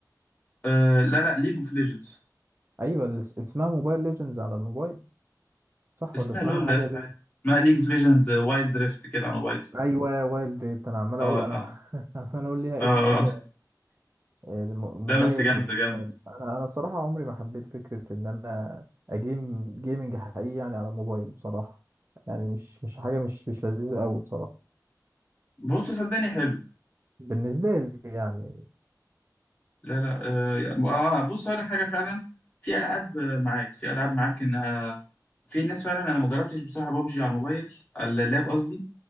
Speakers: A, on the left (about 25°); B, on the right (about 40°).
A: أه لا لا ليج اوف ليجندز
B: ايوه اللي اس- اسمها موبايل ليجندز على الموبايل صح
A: اسمها
B: ولا اسمها
A: لول
B: حاجه
A: يا اسطى
B: دي؟
A: عادي اسمها ليج اوف ليجندز وايلد ريفت كده على موبايل
B: ايوه وايلد دريفت انا عمال
A: اه
B: اقول انا
A: اه
B: <laughs> عمال اقول ليها
A: اه
B: اسم كده
A: آه.
B: آه، م-
A: لا
B: مميز
A: بس جامده
B: بالموبايل
A: جامده
B: انا انا الصراحه عمري ما حبيت فكره ان انا اجيم جيمنج حقيقي يعني على الموبايل بصراحه يعني مش مش حاجه مش مش لذيذه قوي بصراحه
A: بص صدقني حلو
B: بالنسبه لي يعني
A: لا لا اه آه، بص هقول لك حاجه فعلا في العاب آه، معاك في العاب معاك انها في ناس فعلا انا ما جربتش بصراحه بابجي على الموبايل على اللاب قصدي